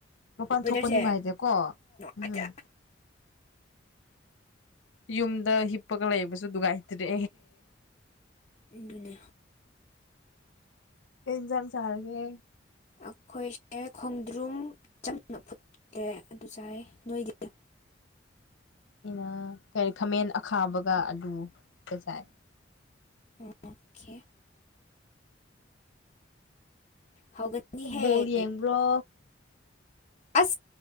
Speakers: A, on the left (about 85°); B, on the left (about 35°).
A: ꯃꯄꯥꯟ
B: ꯋꯦꯗꯔꯁꯦ
A: ꯊꯣꯛꯄ ꯅꯨꯡꯉꯥꯏꯗꯦꯀꯣ
B: ꯅꯨꯡꯉꯥꯏꯇꯦ
A: ꯎꯝ ꯌꯨꯝꯗ ꯍꯤꯞꯄꯒ ꯂꯩꯕꯁꯨ ꯅꯨꯡꯉꯥꯏꯇ꯭ꯔꯦ
B: ꯏꯗꯨꯅꯤ
A: ꯀꯩ ꯏꯟꯖꯥꯡ ꯆꯥꯔꯒꯦ
B: ꯑꯩꯈꯣꯏꯁꯦ ꯈꯣꯡꯗ꯭ꯔꯨꯝ ꯆꯝꯅ ꯐꯨꯠꯂꯦ ꯑꯗꯨ ꯆꯥꯏ ꯅꯣꯏꯗꯤ
A: ꯑꯩꯅ ꯀꯔꯤ ꯈꯥꯃꯦꯟ ꯑꯈꯥꯕꯒ ꯑꯂꯨꯒ ꯆꯥꯏ
B: ꯑꯣ ꯈꯦ ꯍꯧꯒꯅꯤꯍꯦ
A: ꯕꯣꯜ ꯌꯦꯡꯕ꯭ꯔꯣ
B: ꯑꯁ